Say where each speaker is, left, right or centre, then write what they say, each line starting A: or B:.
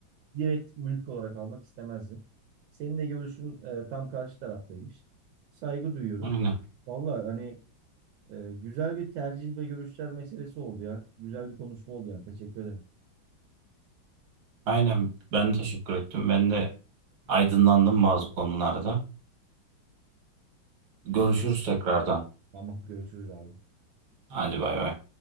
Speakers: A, on the right; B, on the right.
A: direkt mülk olarak almak istemezdim. Senin de görüşün e, tam karşı taraftaymış. Saygı duyuyorum.
B: Aynen.
A: Vallahi hani e, güzel bir tercih ve görüşler meselesi oldu ya. Güzel bir konuşma oldu yani. Teşekkür ederim.
B: Aynen ben teşekkür ettim. Ben de aydınlandım bazı konularda. Görüşürüz
A: Ne güzel.
B: tekrardan.
A: Ne güzel abi. Tamam görüşürüz abi.
B: Hadi bay bay.